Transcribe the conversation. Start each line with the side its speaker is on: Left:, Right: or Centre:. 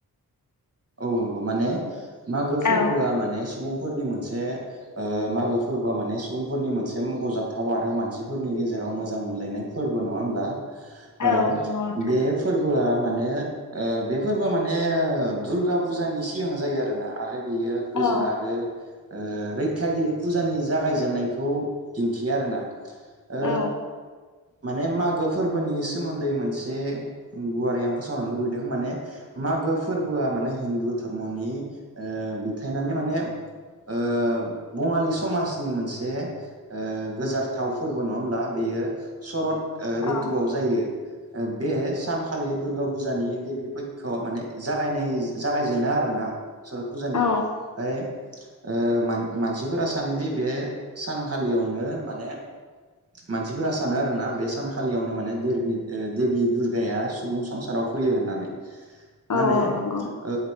Right: नंगौ नंगौ माने मागो फोरबोआ
Left: औ
Right: माने सुबुंफोरनि मोनसे ओ मागो फोरबोआ माने सुबुंफोरनि मोनसे मख'जाथाव आरो मानसिफोरनि गेजेराव मोजां मोनलायनाय फोरबो नङा होमब्ला? ओ
Left: औ नंगौ नोंथां
Right: बे फोरबोआ माने ओ बेफोरबो माने दुर्गा पुजानि सिगां जायो आरोना आर आरो बेयो गोजोन
Left: औ
Right: आरो ओ रैखाागिरि फुजानि जागायजेननायखौ दिन्थियो आरो ना। ओ
Left: औ
Right: माने मागो फोरबोनि सोमोन्दै मोनसे गुवारै आं फोसावनो लुबैदों माने मागो फोरबोआ माने हिन्दु धर्मनि ओ बिथायनानै माने ओ बङालि समाजनि मोनसे ओ गोजारथाव फोरबो नङा होमब्ला बेयो सरत ओ
Left: औ
Right: रितुआव जायो। ओ बे सानखालि दुर्गा फुजानि देबि पयख माने जागायनाय जागायजेनो आरो ना। सरत फुजानि
Left: औ
Right: ओमफाय ओ मान मानसिफोरा सानोदि बे सानखालियावनो माने मानसिफोरा सानो आरोना बे सानखालियावनो माने देरबि देबि दुर्गाया सुबुं संसा राव फैयो होननानै माने
Left: औ औ नंगौ
Right: ओ